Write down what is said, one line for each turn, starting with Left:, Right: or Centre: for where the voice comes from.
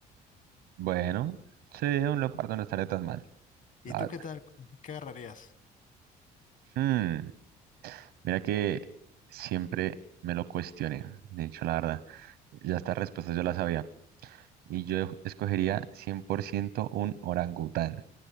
Right: bueno, sí, un leopardo no estaría tan mal,
Left: ¿Y
Right: la
Left: tú
Right: verdad.
Left: qué tal? ¿Qué agarrarías?
Right: Hmm, mira que siempre me lo cuestioné, de hecho, la verdad. Ya estas respuestas yo las sabía. Y yo escogería 100% un orangután.